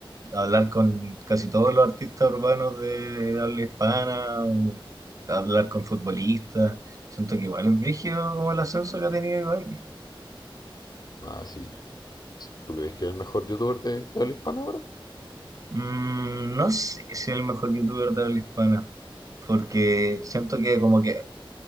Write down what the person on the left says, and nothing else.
Ah, sí. Sí. ¿Tú crees que es el mejor youtuber de, de habla hispana ahora?